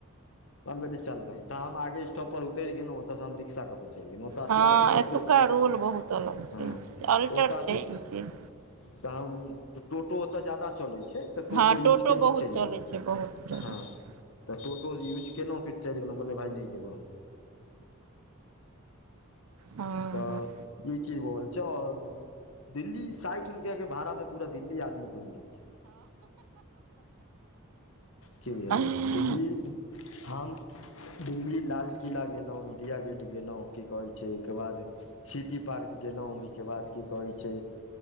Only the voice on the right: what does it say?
हँ
एतुका रूल बहुत अलग
छै अल्टर
छै ई
चीज
हँ
बहुत
चलै
छै बहुत चलै
छै
हँ
हँ
हँ